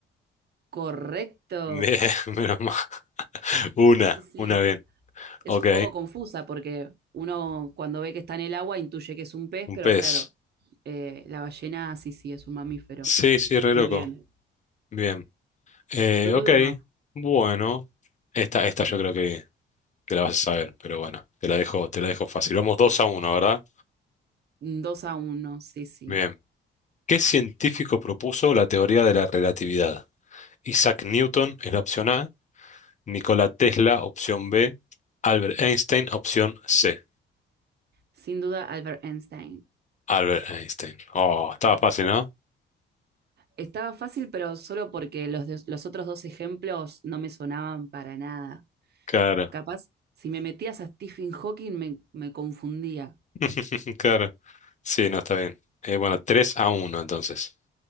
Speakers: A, on the right; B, on the left.
A: Correcto.
B: Bien, <laughs> menos mal. Una,
A: Sí, sí.
B: una bien.
A: es
B: Ok,
A: un poco confusa porque uno cuando ve que está en el agua intuye que es un pez,
B: un
A: pero
B: pez.
A: claro, eh, la ballena sí, sí, es un mamífero.
B: Sí, sí, re
A: Muy
B: loco.
A: bien.
B: Bien. Eh,
A: Tu
B: ok,
A: turno.
B: bueno. Esta, esta yo creo que, que la vas a saber, pero bueno, te la dejo, te la dejo fácil. Vamos 2 a uno, ¿verdad?
A: dos a uno sí, sí.
B: Bien. ¿Qué científico propuso la teoría de la relatividad? Isaac Newton es la opción A. Nikola Tesla, opción B. Albert Einstein, opción C.
A: Sin duda, Albert Einstein.
B: Albert Einstein. Oh, estaba fácil, ¿no?
A: Estaba fácil, pero solo porque los, de- los otros dos ejemplos no me sonaban para nada.
B: Claro,
A: Capaz, si me metías a Stephen Hawking me, me confundía.
B: <laughs> claro. Sí, no está bien. Eh, bueno, 3 a uno, entonces.